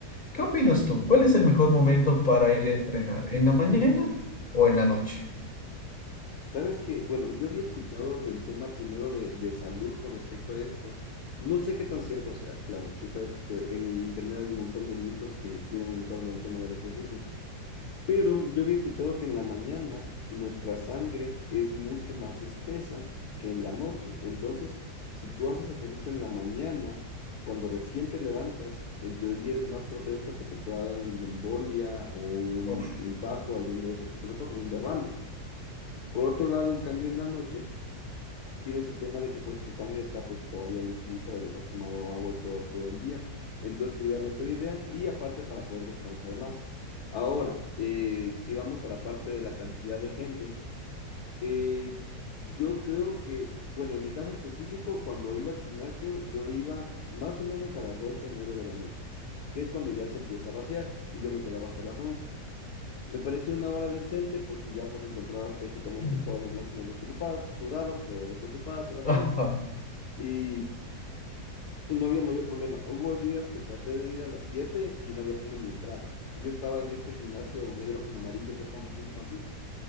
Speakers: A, on the left; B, on the left.
A: ¿Qué opinas tú? ¿Cuál es el mejor momento para ir a entrenar? ¿En la mañana o en la noche?
B: Sabes que, bueno, yo había escuchado del tema primero de, de salud con respecto a esto. No sé qué tan cierto sea, claro, si sabes que se- en internet hay un montón de mitos que giran en torno al tema del ejercicio, pero yo había escuchado que en la mañana nuestra sangre es mucho más espesa que en la noche. Entonces, si tú haces ejercicio en la mañana, cuando recién te levantas, en teoría eres más propenso a que te pueda dar una embolia o un
A: Uf.
B: infarto, alguno de esos tipos de cosas, un derrame. Por otro lado, en cambio, en la noche tienes el tema de que pues tu sangre está pues todavía liquidita de lo que has tomado agua y todo, todo el día. Entonces sería mejor idea y aparte para poder descansar más. Ahora, eh, si vamos a la parte de la cantidad de gente, eh, yo creo que, bueno, en mi caso específico, cuando iba al gimnasio, yo iba más o menos a las 8 o 9 de la noche, que es cuando ya se empieza a vaciar y yo me quedaba hasta las 11. Me pareció una hora decente porque ya pues encontrabas prácticamente
A: Mm.
B: todas las máquinas desocupadas, sudadas, pero desocupadas a la
A: <laughs>
B: final. Y, y no había mayor problema. Hubo días que traté de ir a las 7 y no había como ni entrar. Yo estaba en este gimnasio negro con amarillo que es famosísimo aquí.